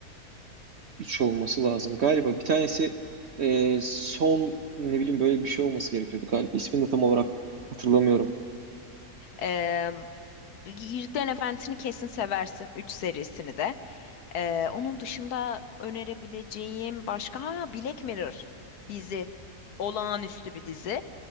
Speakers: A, on the right; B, on the left.
A: üç olması lazım. Galiba bir tanesi e, son ne bileyim böyle bir şey olması gerekiyordu galiba. İsmini de tam olarak hatırlamıyorum.
B: Ee, Yüzüklerin Efendisi'ni kesin seversin. Üç serisini de. Ee, onun dışında önerebileceğim başka ha, Black Mirror dizi. Olağanüstü bir dizi.